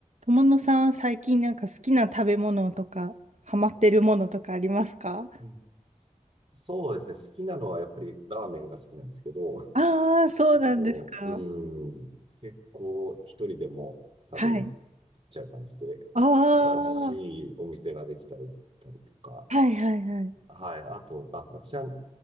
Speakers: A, on the right; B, on the right.
A: 友野さんは最近なんか好きな食べ物とか、ハマってるものとかありますか
B: うんそうですね。好きなのはやっぱりラーメンが好きなんですけど、
A: ああー、そうなんですか。
B: こう、うん、結構一人でも食べに行っちゃう感じで、
A: はい。ああ、は
B: 新しいお店ができたり、行ったりとか、
A: いはいはい。
B: はい。あと、あ、私は